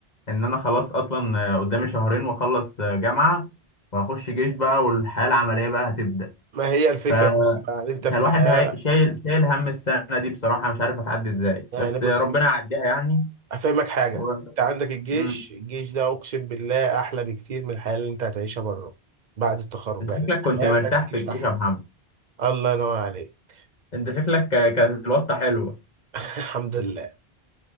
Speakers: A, on the left (about 40°); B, on the right (about 50°).
A: إن أنا خلاص أصلا آه، قدامي شهرين وأخلص آه، جامعة وأخش جيش بقى والحياة العملية بقى هتبدأ
B: ما هي الفكرة
A: ف-
B: بص بقى، انت في
A: فالواحد
B: الحياة
A: هي... شايل شايل هم السنة دي بصراحة مش عارف هتعدي إزاي
B: يعني
A: بس
B: بص
A: آه، ربنا يعديها يعني
B: هفهمك حاجة
A: و...
B: انت عندك الجيش
A: مم.
B: الجيش ده اقسم بالله احلى بكتير من الحياة اللي انت هتعيشها بره بعد التخرج
A: أنت
B: يعني
A: شكلك كنت
B: الحياة
A: مرتاح
B: بتاعت الجيش
A: في الجيش
B: احلى
A: يا محمد
B: الله ينور عليك
A: انت شكلك ك- كانت الواسطة حلوة
B: <laughs> الحمد لله